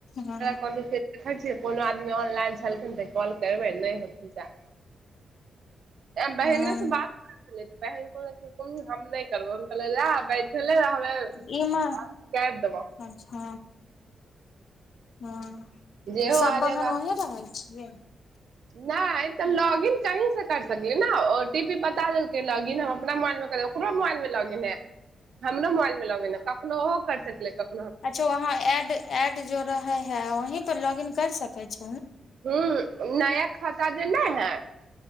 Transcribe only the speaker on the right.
क देखै छियै कोनो आदमी ऑनलाइन छलखिन तऽ कॉल करबै नहि होथिन त बहिने
से बात करै छलै तऽ बहन हम नहि करबौ हम कहल लेब बैठले रहबे
जेहो
आ
जाएगा
नहि तऽ लॉगन कहीसँ कर सकलियै ने ओ टी पी बता देलकै लॉगन हम अपना मोबाइलमे ओकरो मोबाइलमे लॉगन है हमरो मोबाइलमे लॉगन है कखनो ओहो कर सकलियै कख
ह नया ख ता जे नहि है